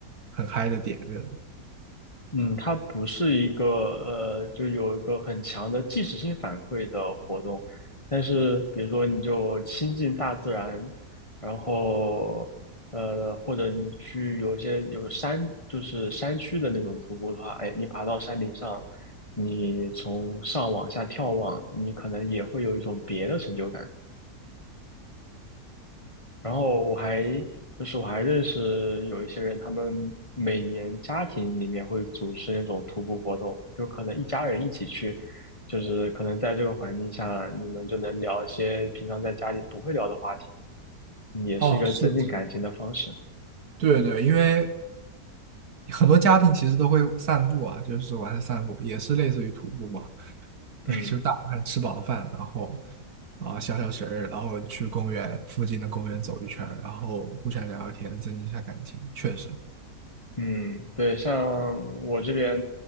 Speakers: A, on the right (about 60°); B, on the left (about 20°).
A: 很嗨的点那种。
B: 嗯，它不是一个呃，就有一个很强的即时性反馈的活动，但是比如说你就亲近大自然，然后呃，或者你去有一些有山，就是山区的那种徒步的话，哎，你爬到山顶上，你从上往下眺望，你可能也会有一种别的成就感。然后我还就是我还认识有一些人，他们每年家庭里面会组织那种徒步活动，就可能一家人一起去，就是可能在这个环境下，你们就能聊一些平常在家里不会聊的话题，也是一个增进感情的方式。
A: 哦，是的，是的，对对，因为很多家庭其实都会散步啊，就是晚上散步也是类似于徒步嘛。对，
B: 嗯。
A: 就大晚上吃饱饭，然后啊、消消食儿，然后去公园附近的公园走一圈儿然后互相聊聊天，增进一下感情。确实，
B: 嗯，对，像我这边，